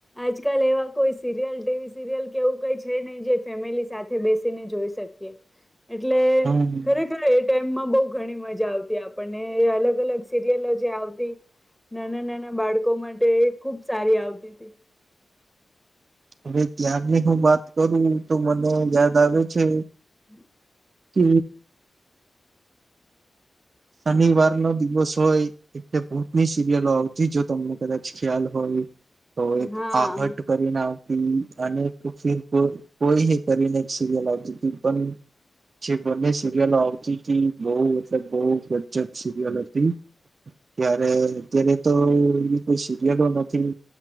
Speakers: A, in the centre; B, on the right.
A: આજકાલ એવા કોઈ સિરયલ ટીવી સિરિયલ કે એવું કઈ છે નહી જે ફેમિલી સાથે બેસી ને જોઈ શકીએ. એટલે
B: હમ
A: ખરેખર એ ટાઈમ. બહ ઘણી મજા આવતી આપણને અલગ અલગ સિરિયલો જે આવતી નાના નાના બાળકો માટે ખુબ સારી આવતી હતી.
B: હવે ત્યારની હું વાત કરું તો મને યાદ આવે છે.
A: હમ.
B: હ. શનિવાર નો દિવસ હોય એટલે ભૂતની સિરિયલો આવતી જો તમને કદાચ ખ્યાલ હોય તો એક
A: હા
B: આહટ કરીને અને ફ કોઈ કરીને કોઈએ કરીને સીરયલ આવતી હતી પણ જે બને સિરિયલો આવતી હતી બહુ મતલબ બહુ ગજબ સિરિયલ હતી ત્યારે અત્યારે તો એવી કોઈ સિરિયલો નથી